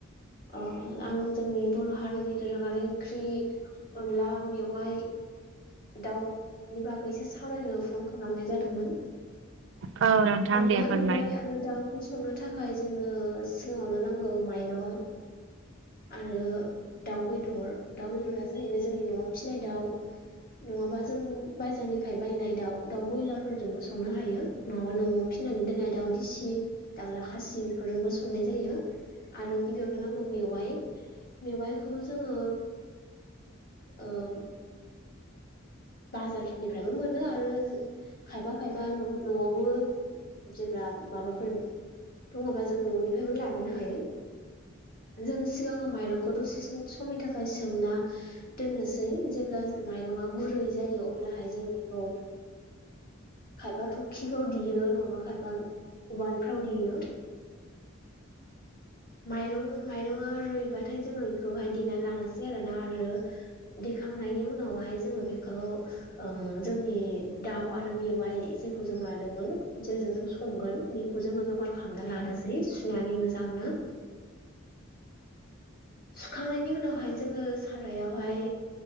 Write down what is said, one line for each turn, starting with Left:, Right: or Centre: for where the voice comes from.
Left: अ आं जोंनि बर' हारिनि दोरोङारि ओंख्रि अनला मेवाइ दाउ नि बागैसो सावरायनो फन खालामनाय जादोंमोन।
Right: औ।
Left: अनला
Right: दे फोरमाय
Left: मेवाइ आरो दाउखौ संनो थाखाय जोंनो सिगाङावनो नांगौ माइरं। आरो दाउ बेदर दाउ बेदरा जाहैबाय जोंनि न'आव फिसिनाय दाउ नङाबा जों बाजारनिफ्राय बायनाय दाउ दाउ ब्रयलार फोरजोंबो संनो हायो। नङाबा न'आव फिनानै दोननाय दाउदिसि दाउला खासि बेफोरजोंबो संनाय जायो। आरो गिबियावनो नांगौ मेवाइ मेवाइखौ जोङो ओं। बाजारनिफ्रायबो मोनो आरो खायफा खायफा न'आवबो जेब्ला माबाफोर दङ'बा जों न'निफ्रायबो लाबोनो हायो। जों सिगाङो माइरंखौ दसे समनि थाखाय सोमना। दोननोसै जेब्ला माइरंआ गुरै जायो अब्लाहाय जों बेखौ खायफा थखिफ्राव देयो नङाबा खायफा उवालफ्राव देयो। माइरं माइरङा रुइबाथाय जोङो बेखौहाय देना लानोसै आरोना आरो दिखांनायनि उनावहाय जोङो बेखौ ओं जोंनि दाउ आरो मेवाइ जेखौ जों मादोंमोन जेजों जों संगोन । बेखौ जोङो जगार खालामना लानोसै सुनानै मोजांनो। सुखांनायनि उनावहाय जोङो सारायावहाय